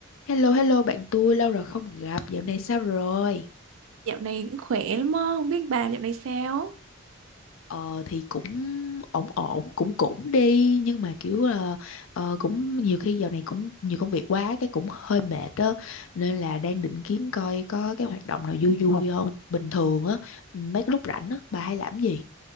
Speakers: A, on the left; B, on the right.
A: Hello hello bạn tôi lâu rồi không gặp dạo này sao rồi
B: Dạo này cũng khỏe lắm á, không biết bà dạo này sao?
A: Ờ thì cũng ổn ổn cũng cũng đi nhưng mà kiểu là ờ, cũng nhiều khi dạo này cũng nhiều công việc quá cái cũng hơi mệt á nên là đang định kiếm coi có cái hoạt động nào vui vui không bình thường á mấy cái lúc rảnh á bà hay làm gì